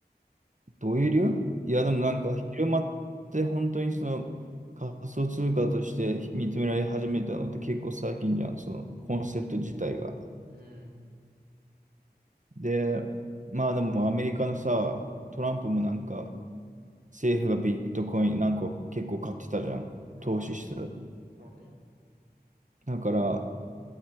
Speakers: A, on the right; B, on the right.
A: どういう理由いや、
B: うん。
A: でもなんか広まって本当にその仮想通貨として認められ始めたのって結構最近じゃん、そのコンセプト自体が。
B: う
A: で、まあでもアメリカのさ、トランプもなんか政府がビットコインなんか結構買ってたじゃん。投資してた。
B: ん。ああ、そうね。
A: だから、